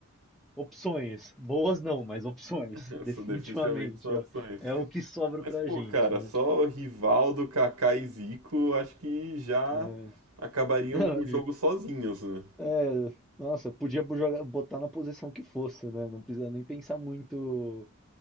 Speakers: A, in the centre; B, on the right (about 85°).
A: Opções. Boas não, mas opções.
B: <laughs>
A: <laughs>
B: Isso
A: Definitivamente.
B: definitivamente são
A: É,
B: opções.
A: é o que sobra pra
B: Pô,
A: gente,
B: cara,
A: né?
B: só Rivaldo, Kaká e Zico, acho que já
A: É. <laughs>
B: acabariam
A: Não,
B: com o
A: já-
B: jogo sozinhos, né?
A: é, nossa, podia bo- jogar- botar na posição que fosse, né? Não precisa nem pensar muito.